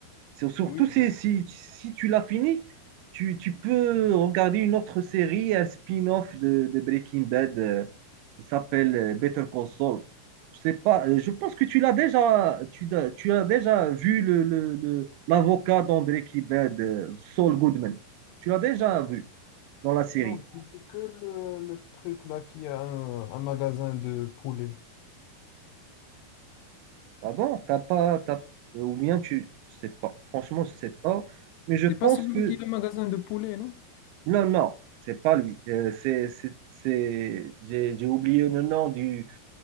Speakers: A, on the right; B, on the left.
A: Sur- Surtout
B: oui,
A: si,
B: bien
A: si,
B: sûr.
A: si tu l'as fini, tu, tu peux regarder une autre série, un spin-off de, de Breaking Bad euh, qui s'appelle euh, Better Call Saul. Je sais pas, euh, je pense que tu l'as déjà, tu, l'as- tu as déjà vu le, le- le- l'avocat dans Breaking Bad, euh, Saul Goodman. Tu l'as déjà vu dans la série.
B: Non, je dis que le, le truc là qui a un, un magasin de poulet.
A: Ah bon? T'as pas, t'as- ou bien tu, je sais pas. Franchement, je sais pas. Mais je pense
B: C'est pas celui-là
A: que
B: qui a un magasin de poulet, non?
A: Non, non, c'est pas lui. Euh, c'est, c'est, c'est- J'ai j'ai oublié le nom du,